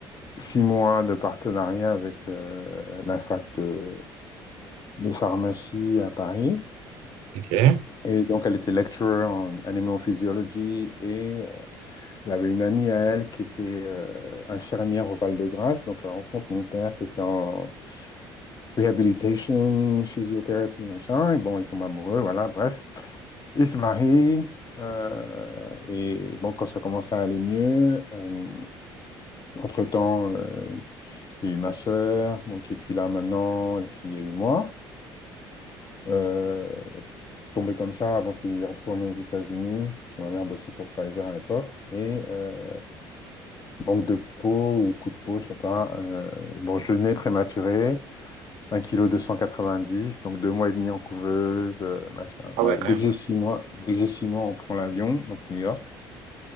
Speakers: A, on the left; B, on the right.
A: six mois de partenariat avec euh, la fac de de pharmacie à Paris.
B: Ok.
A: Et donc, elle était lecturer en animal physiology et Elle avait une amie à elle qui était euh, infirmière au Val-de-Grâce, donc elle rencontre mon père qui était en rehabilitation, physiothérapie, machin, et bon, ils tombent amoureux, voilà, bref. Ils se marient, euh, et bon, quand ça commence à aller mieux, euh, entre-temps, euh, il y a eu ma sœur, bon, qui est plus là maintenant, et puis il y a eu moi. Euh, tombé comme ça avant qu'il retourne aux États-Unis, parce que ma mère bossait pour Pfizer à l'époque, et euh, Manque de peau ou coup de peau, je sais pas. Euh, bon, je nais prématuré, un kilo deux cent quatre-vingt-dix, donc deux mois et demi en couveuse, euh, machin.
B: Ah
A: Voilà.
B: ouais, quand
A: Dès
B: même.
A: que j'ai six mois, dès que j'ai six mois, on prend l'avion, donc New York.